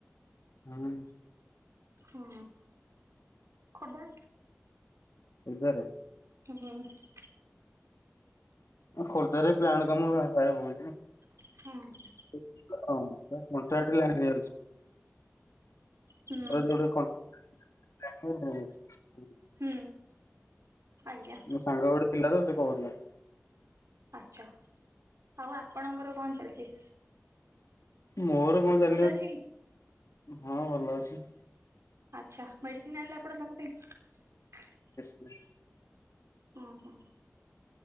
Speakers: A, on the left; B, on the right.
A: ହଁ।
B: ହଁ ଖୋଦା
A: ସେରେ।
B: ହୁଁ ହୁଁ।
A: ଖୋର୍ଦଆରେ ପ୍ଲାଣ୍ଟ କାମ ଆପେ ଆପେ ହଉଚି।
B: ହୁଁ।
A: <unintelligible> ଥରେ ଅଧେ
B: ହୁଁ
A: ଗୋଟେ କନ୍ <unintelligible>
B: ହୁଁ ଆଜ୍ଞା
A: ମୋ ସାଙ୍ଗ ଗୋଟେ ଥିଲାତ ସେ କହୁଥିଲା।
B: ଆଛା, ଆଉ ଆପଣଙ୍କର କଣ ଚାଲିଚି?
A: ମୋର କଣ ଚାଲିବ
B: ଅଛି
A: ହଁ, ଭଲ ଅଛି।
B: ଆଚ୍ଛା, ମେଡିସିନ ଆଣିଲେ ଆପଣ ତାଙ୍କ ପାଇଁ?
A: <unintelligible>
B: ହଁ ହଁ।